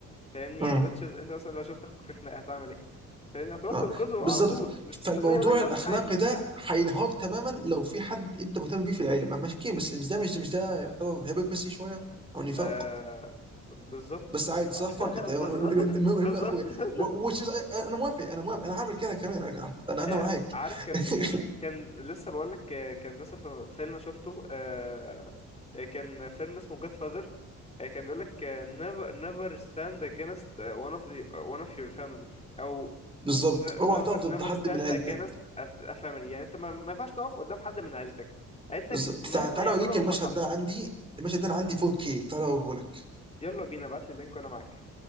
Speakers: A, on the left; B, on the right.
A: فاهمني
B: اه
A: يعني which is انت مثلا لو شفت اخوك في خناقه هتعمل ايه فاهمني هتروح
B: اه
A: تنقذه
B: بالظبط
A: على طول مش تستناه
B: فالموضوع
A: يقول لك تعالى
B: الاخلاقي
A: الحقني
B: ده هينهار تماما لو في حد انت مهتم بيه في العيله ما- ماشي بس مش ده مش ده مش ده يعتبر هيبوكريسي شويه
A: <laughs>
B: او نفاق
A: آه بالظبط
B: بس عادي صح
A: <laughs>
B: فكت المهم
A: بالظبط
B: المهم
A: بالظبط
B: يا اخويا
A: <laughs>
B: و- which is- انا موافق انا موافق انا هعمل كده كمان انا
A: آه،
B: انا معاك
A: عارف كان
B: <laughs>
A: كان لسه بقول لك آه، كان لسه في فيلم شفته آه، آه، كان فيلم اسمه جاد فاذر كان بيقول لك آه، never never stand against آه، one of the آه، one of your family او
B: بالظبط
A: ن- never
B: اوعى تقف ضد
A: never
B: حد
A: stand
B: من عيلتك
A: against a f- a family يعني انت ما ما ينفعش تقف قدام حد من عيلتك عيلتك
B: بالظبط
A: مهما
B: تع- تعالى
A: يعملوا
B: اوريك المشهد
A: هم صح
B: ده عندي المشهد ده انا عندي 4K تعالى اوريه
A: يلا بينا ابعت لي اللينك وانا معاك